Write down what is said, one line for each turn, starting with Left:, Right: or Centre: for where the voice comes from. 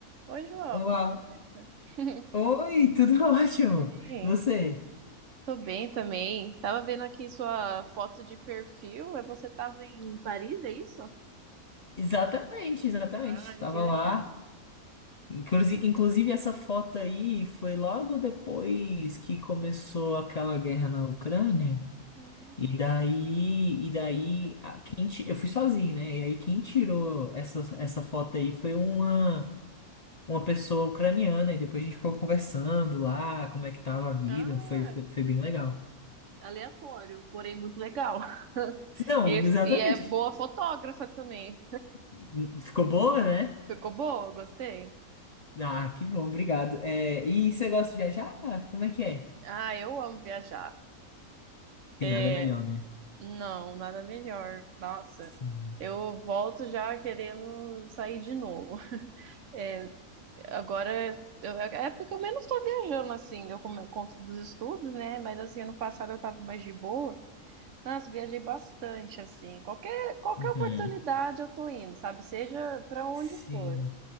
Right: Oi, João,
Left: Olá.
Right: tudo certo? <laughs>
Left: Oi, tudo <laughs> ótimo.
Right: Bem,
Left: E Você?
Right: tô bem também. Tava vendo aqui sua foto de perfil. É Você tava em Paris, é isso?
Left: Exatamente, exatamente.
Right: Ai,
Left: Estava
Right: que legal.
Left: lá. Inclusive, inclusive, essa foto aí foi logo depois que começou aquela guerra na Ucrânia.
Right: Hum.
Left: E daí, e daí, a- quem ti- eu fui sozinho, né? E aí quem tirou essa, essa foto aí foi uma, uma pessoa ucraniana. E depois a gente ficou conversando lá, como é que tava a vida.
Right: Ah,
Left: Foi, foi, foi bem legal.
Right: aleatório, porém muito legal. <laughs>
Left: Não,
Right: E,
Left: exatamente.
Right: e é boa fotógrafa também.
Left: Hum, Ficou boa, né?
Right: Ficou boa, gostei.
Left: Ah, que bom, obrigado. É, e você gosta de viajar? Como é que é?
Right: Ah, eu amo viajar.
Left: Tem
Right: É,
Left: nada melhor, né?
Right: não, nada melhor. Nossa,
Left: Sim.
Right: eu volto já querendo sair de novo. <laughs> Agora eu- é a época que eu menos tô viajando, assim, eu como- conto dos estudos, né? Mas assim, ano passado eu tava mais de boa. Nossa, viajei bastante, assim. Qualquer, qualquer
Left: Uhum.
Right: oportunidade eu tô indo, sabe? Seja pra onde
Left: Sim,
Right: for,